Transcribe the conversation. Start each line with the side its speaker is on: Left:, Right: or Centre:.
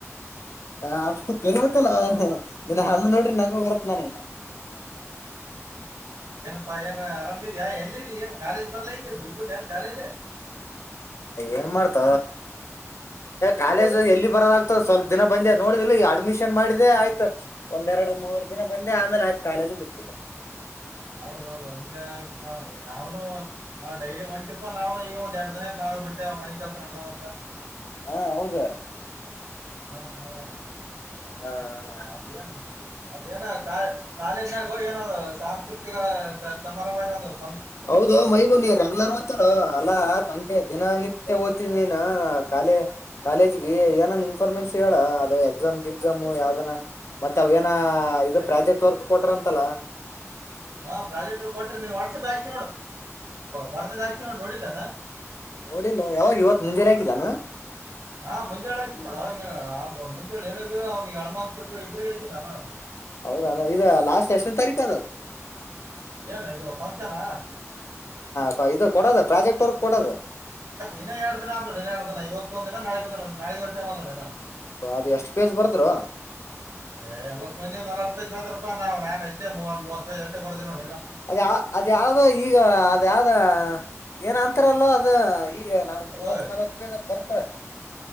Left: ಹ, <unintelligible> ಕಬೇಕಲ್ಲ ಇನ್ನ ಹಲ್ಲ ನೋಡ್ರಿ ನಗು ಬರುತ್ ನನಗ.
Right: ಅ, ಏನ್ ಆರಾಮಿದಿ ಯಾ ಎಲ್ಲಿದಿ ನ್ ಕಾಲಜ್ ಬರ್ಲೈತಿ ಬಿಟ್ಬಿಟನ್ ಕಾಲೇಜ್ ನಾ.
Left: ಏನ್ ಮಾಡ್ತ ಕಾಲೇಜು ಎಲ್ಲಿ ಬರೋದಾಗ್ತದ ಸ್ವಲ್ಪ ದಿನ ಬಂದೆ ನೋಡಿದಲ್ಲಿ ಅಡ್ಮಿಶನ್ ಮಾಡಿದೆೆ. ಆಯ್ತು ಒಂದೆರಡು ಮೂರ್ ದಿನ ಬಂದೆ ಆಮೇಲೆ ಆಯ್ತು ಕಾಲೇಜು ಬಿಟ್ಬಿಟ್ಟ. ರ-
Right: ಹೌದೌದು ಹ ನಾವನು ನ ಡೈಲಿ ಒಂಟಿಪ ನಾವ್ನು ಈಗ ಒಂದ್ ಎರಡ್ ದಿನತ್, ನಾ ಬಿಟ್ಟೆ ಮನೆ ಕೆಲಸ ನಡ್ದಾವಂತ.
Left: ಹಾ, ಹೌದ...
Right: ಹ್ಮ, ಹ್ಮ್,,
Left: ಹಾ
Right: ಹ ಅದು ಅದು ಕಾಲೇಜ್ ಹೋಗಿ. ಏನದು ಸಾಂಸ್ಕೃತಿಕ ಸಮರ್ರಂಬಏನದು. -
Left: ಹೌದು ಮೈಬೂ ನೀರ್ ರೆಗ್ಯುಲರ್ ಹೋಗ್ತಿದರಲ. ಅಲ್ಲಾ ಕಂಟೆ ದಿನ ನಿತ್ಯ ಓಗತಿ. ದಿ ಕಾಲ ಕಾಲೇಜಗ ಏನ ಇನ್ಫಾರ್ಮೆನ್ಸ್ ಹೇಳ ಅದು ಎಕ್ಸಾಮ್ ಗಿಗ್ಜಾಂ. ಯಾವ್ದನ ಮತ್ತೆ ಅವೇಏನ ಇದು ಪ್ರಾಜೆಕ್ಟ್ ವರ್ಕ್ ಕೊಟ್ರ ಅಂತಲ್ಲ.
Right: ಹಾ ಪ್ರಾಜೆಕ್ಟ್ ಕೊಟ್ರಿ ನೀವು ವಾಟ್ಸಪ್ಕಿ ಹಾಕು -ಬರ್ದಿದ್ ಆಯ್ತು ನೀ ನೋಡಿಲ್ಲೇನು.
Left: ನೋಡಿಲ್ಲ ಯಾವಾಗ ಇವತ್ ಮುಂಜೆ ಹಾಕಿದಾನ
Right: ಹಾ ಮುಂಜಾಳೆ ಆಯ್ತು ನೋಡೋ ಅವ ಮುಂಜಳ ನ ಅವನಿಗೆ ಅನುಮಾನಕ್ಕ ಇಬ್ರಿಗೂ ಹೇಳ್ತಿನಿ ನಾನು
Left: ಹೌದಾನ ಇದು ಲಾಸ್ಟ್ ಎಷ್ಟನೇ ತಾರಿಕ್ ಅದು
Right: ಏನ ಇದು ಫಂಕ್ಷನಾ
Left: ಹಾ ಇದು ಕೊಡೋದು ಪ್ರಾಜೆಕ್ಟ್ ವರ್ಕ್ ಕೊಡದು
Right: ಇನ್ನ ಎರಡು ದಿನ ನೋಡಿ ಇನ್ನ ಎರಡ್ ದಿನ ಇವತ್ತೊಂದ ದಿನ ನಾಳಿದ್ದು ಒಂದು ದಿನ <unintelligible>
Left: ಹೌದ ಅದು ಎಷ್ಟು ಪೇಜ ಬರ್ದ್ರು
Right: ಹೇಯ್ ಎಲ್ಲ ಒಂದು ಅಷ್ಟು ಮಂದಿ ನಲ್ವತ್ತು ಪೇಜ್ ಬರ್ದರಪ್ಪ ನಾನ್ ಅಷ್ಟೇ ಮೂವತ್ತು ಮೂವತ್ತು ಪೇಜ್ ಅಷ್ಟೇ ಬರ್ದಿನಿ ನೋಡು
Left: ಅದ ಯಾವ ಅದ ಯಾವ್ದೋ ಈಗ ಅದ ಯಾವ್ದ ಏನ್ ಅಂತಾರಲ್ಲೋ ಅದ ನಾವು
Right: ಅದು
Left: ಮೂವತ್ ನಲ್ವತ್ ಪೇಜ್ ಬರ್ಕೊಳಕ್ಕೆ